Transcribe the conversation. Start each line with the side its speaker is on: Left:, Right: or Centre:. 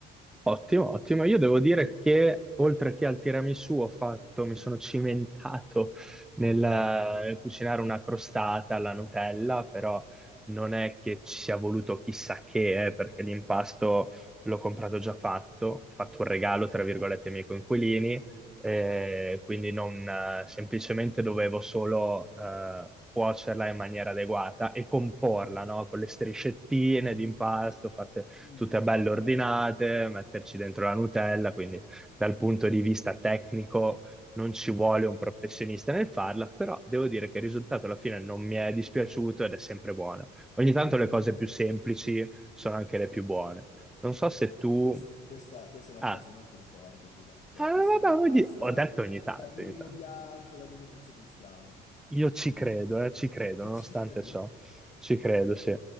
Centre: Ottimo, ottimo. Io devo dire che oltre che al tiramisù ho fatto, mi sono cimentato nel, nel cucinare una crostata alla Nutella, però non è che ci sia voluto chissà che, eh, perché l'impasto l'ho comprato già fatto, ho fatto un regalo, tra virgolette, ai miei coinquilini, eh, quindi non, eh, semplicemente dovevo solo eh, cuocerla in maniera adeguata e comporla, no? Con le striscettine di impasto fatte
Left: Mm,
Centre: tutte belle
Left: bello,
Centre: ordinate,
Left: bello.
Centre: metterci dentro la Nutella, quindi dal punto di vista tecnico non ci vuole un professionista nel farla, però devo dire che il risultato alla fine non mi è dispiaciuto ed è sempre buona. Ogni tanto le cose più semplici sono anche le più buone. Non so se tu...
Left: Quest- Questa, questa è una
Centre: Ah,
Left: frase molto retorica che hai detto,
Centre: eh,
Left: eh. Questa è
Centre: vabbè,
Left: proprio una
Centre: vuol
Left: frase
Centre: dire- ho
Left: da,
Centre: detto ogni tanto,
Left: da Mulino
Centre: ogni tanto.
Left: Bianco, da Democrazia Cristiana.
Centre: Io ci
Left: <laughs>
Centre: credo, eh, ci credo,
Left: Tu
Centre: nonostante
Left: ci credi?
Centre: ciò, ci credo, sì.